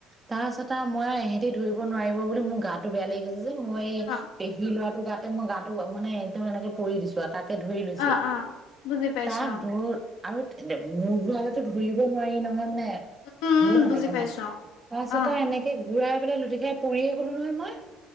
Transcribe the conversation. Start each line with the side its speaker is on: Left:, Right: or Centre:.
Right: তাৰপাছত আৰু মই আৰু ইহঁতি ধৰিব নোৱাৰিব বুলি মোৰ গাটো বেয়া লাগি গৈছে যে। মই এই
Left: অ',
Right: পেহী ল'ৰাটোৰ গাত ত মই গাটো মানে তে মই এনেকে পৰি দিছো আ, তাক তে ধৰি লৈছো,
Left: অ', অ', বুজি পাইছো
Right: তাক ধ আৰু মূৰ ঘূৰালেতো ধৰিব নোৱাৰি নহয় মানে
Left: উম,
Right: ভুৰ
Left: উম,
Right: নাথাকে
Left: বুজি
Right: ন,
Left: পাইছো
Right: তাৰপিছত
Left: অ',
Right: আৰু এনেকে ঘূৰাই লে লুটি খাই পৰিয়ে গ'লো নহয় মই।